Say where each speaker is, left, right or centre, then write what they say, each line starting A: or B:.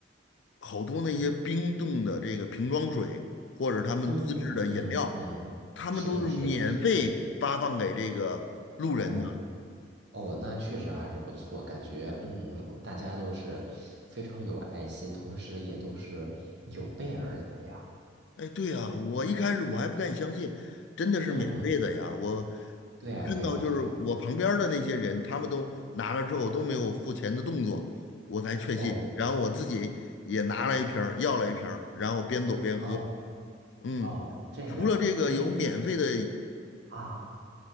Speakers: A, on the left (about 65°); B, on the right (about 60°).
A: 好多那些冰冻的这个瓶装水，或者他们自制的饮料，
B: 嗯嗯嗯，
A: 他们都是免费发放给这个路人的。
B: 是的，是的，是的。哦哦，那确实还是不错，感觉嗯，大家都是非常有爱心，同时也都是有备而来呀。
A: 哎，对呀，我一开始我还不敢相信，真的是免费的呀！
B: 嗯，
A: 我
B: 对呀，
A: 看到就是我旁边儿的那些人，
B: 对呀，对呀。
A: 他们都拿了之后都没有付钱的动作，我才确信。
B: 哦
A: 然后我自己也拿了一瓶儿要了一瓶儿然后边走边喝。
B: 哦
A: 嗯，
B: 哦，这样，
A: 除了这个有免费的。
B: 哎啊，